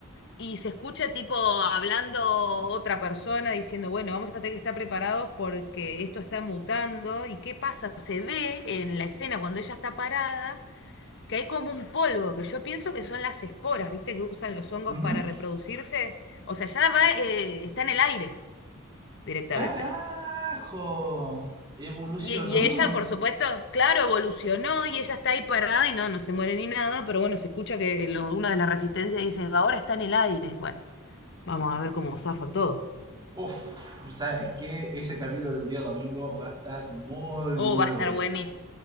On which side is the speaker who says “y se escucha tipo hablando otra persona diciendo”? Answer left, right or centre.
Left